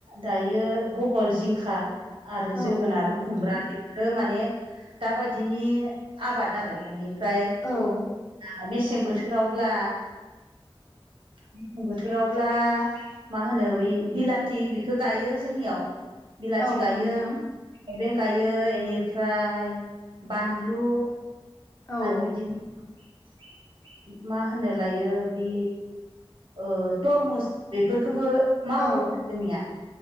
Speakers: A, on the right; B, on the left.
A: दायो बह ल जिंखा आरो
B: औ
A: जोगोनार
B: नंगौ
A: खुमब्रा
B: नोंथां
A: बेफोरो माने दाबायदिनि आबाद आरो बेनिफ्राय
B: औ
A: आ मेसें बोथोर थोरावब्ला गोसें बोथोरावब्ला मा होनो बै बिलाथि बेखौ गायो जोंनियाव बिलाथि
B: औ नंगौ
A: गायो
B: नोंथां
A: थाइबें गायो बेनिफ्राय बानलु
B: औ
A: आरो बिदिनो मा होनो लायो बे ओ तरमुस बेफोरखौबो मावो
B: औ
A: जोंनिया